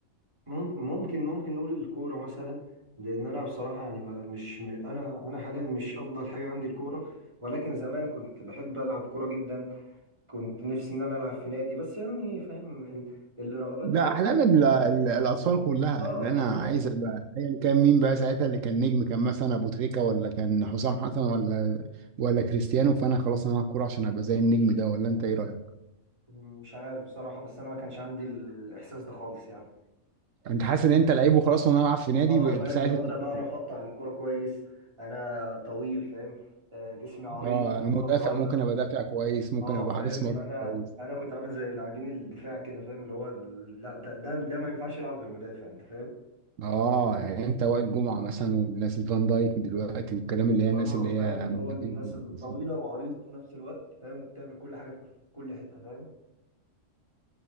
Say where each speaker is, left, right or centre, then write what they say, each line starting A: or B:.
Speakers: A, on the right; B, on the right.
A: مم- ممكن ممكن نقول الكورة مثلا لأن أنا بصراحة يعني ما- مش م- أنا أنا حاليا مش أفضل حاجة عندي الكورة ولكن زمان كنت بحب ألعب كورة جدا كنت نفسي إن أنا ألعب في نادي بس يعني فاهم ال- الرغبات
B: ده احلام ال- ال- الاطفال كلها
A: آه
B: اللي
A: بالظبط
B: انا عايز ابقى ايا كان مين بقى ساعتها اللي كان نجم كان مثلا ابو تريكه ولا كان حسام حسن ولا ولا كريستيانو فانا خلاص انا هلعب كوره عشان ابقى زي النجم ده ولا انت ايه رايك
A: مش عارف بصراحة بس أنا ما كانش عندي الإحساس ده خالص يعني
B: انت حاسس ان انت لعيب وخلاص وانا العب في نادي
A: آه
B: ب-
A: فاهم
B: ساعه
A: اللي
B: الطفوله
A: هو أنا بعرف أقطع الكورة كويس أنا طويل فاهم آه، جسمي عريض
B: اه انا
A: وأنا
B: مدافع
A: صغير
B: ممكن ابقى دافع كويس ممكن
A: اه
B: ابقى
A: فاهم
B: حارس
A: فانا
B: مرمى كويس
A: انا كنت عامل زي لاعبين الدفاع كده فاهم اللي هو ال- لا ده ده ده ما ينفعش يلعب غير مدافع انت فاهم
B: اه يعني انت وائل جمعه مثلا والناس الفان دايك دلوقتي والكلام اللي هي الناس
A: اه
B: اللي
A: فاهم
B: هي
A: اللي
B: مدافعين
A: هو الناس الطويله
B: كويسين
A: وعريضه في نفس الوقت فاهم وبتعمل كل حاجه في في كل حته فاهم